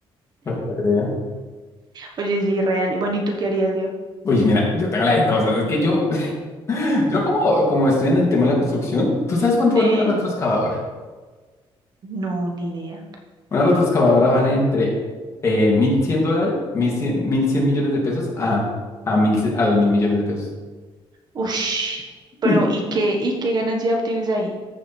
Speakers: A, on the left; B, on the right.
A: para que te crea.
B: Oye, es irreal. Y Bueno, ¿y tú qué harías, Leo?
A: Uy, mira, yo tengo la de cosas. Es que yo Yo como, como estoy en el tema de la construcción, ¿tú sabes cuánto
B: Sí.
A: vale una retroexcavadora?
B: No, ni idea.
A: Una retroexcavadora vale entre eh, 1.100 dólares, mil cien mil cien millones de pesos a, a, 1.000 a 2.000 millones de pesos.
B: Ush.
A: <laughs>
B: Pero, ¿y qué, y qué ganancia obtienes ahí?